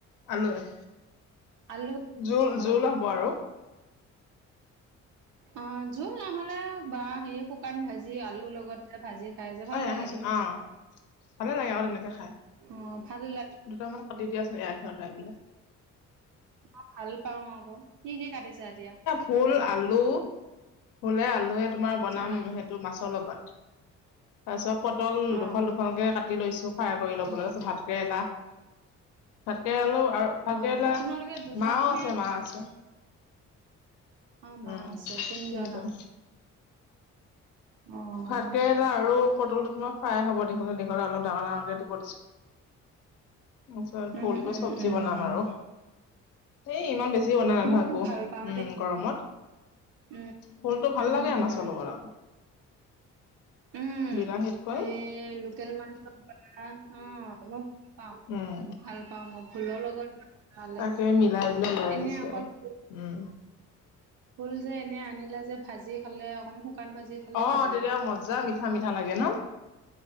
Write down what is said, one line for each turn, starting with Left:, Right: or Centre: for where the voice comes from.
Left: আলুৱে?
Right: আলু
Left: জোল-জোল
Right: অ
Left: হ'ব আৰু।
Right: অ', জোল নহলে বা হে শুকান ভাজি। আজি আলুৰ লগত ভাজি খাই যে ভাল
Left: অ
Right: লাগে
Left: আহাচোন
Right: দেখ
Left: অ ভালে লাগে আৰু তেনেকে খাই
Right: অ', ভাল লাগ
Left: দুটামান কাটি দিয়াচোন, এৰাই খোৱা নাই বোলে।
Right: মই ভাল পাওঁ আকৌ। কি কি কাটিছো এতিয়া?
Left: ফুল আলু, ফুলে আলুৱে তোমাৰ বনাম
Right: অ',
Left: সেইটো মাছৰ লগত। তাৰপিছত পটল
Right: অ',
Left: দুফাল দুফালকে কাটি লৈছো, ফ্ৰাই কৰি ল'বলৈ, ভাত কেৰেলা। ভতেৰেলাও আৰু ভতেৰেলা
Right: অ', তোমালোকে দুজন
Left: মাঁও
Right: নে
Left: আছে মাঁ আছে।
Right: অ মাঁ
Left: উম
Right: আছে তিনি
Left: তিনিজন
Right: জন অ',। অ',
Left: ভাতকেৰেলা আৰু পটলটো তোমাৰ ফ্ৰাই হ'ব, দীঘলে-দীঘলে অলপ ডাঙৰ-ডাঙৰকে দিব দিছো। তাৰপিছত
Right: উম,
Left: ভুলতো
Right: উম,
Left: চব্জি
Right: উম।
Left: বনাম আৰু। সেই ইমান বেছি বনায় নাথাকো।
Right: মই খুব ভাল পাওঁ
Left: উম।
Right: দেই
Left: গৰমত,
Right: উম,
Left: ফুলতটো ভাল
Right: উম,
Left: লাগে
Right: উম,
Left: মাছৰ লগত আকৌ।
Right: উম।
Left: বিলাহীত কৈ
Right: সেই লোকেল মানুহৰ অ', মই ভ পা
Left: উম
Right: ভাল। পাওঁ মই ভোলৰ লগত। বনালে
Left: তাকে মিলাই পেলাই লৈ
Right: এনে
Left: আহিছে,
Right: অকল ভোল
Left: উম।
Right: ভোল যে এনে আনিলে যে, ভাজি খালে অকমান শুকান ভাজি। খালেও
Left: অ',
Right: ভাল
Left: তেতিয়া
Right: লাগে।
Left: মজা মিঠা-মিঠা লাগে ন।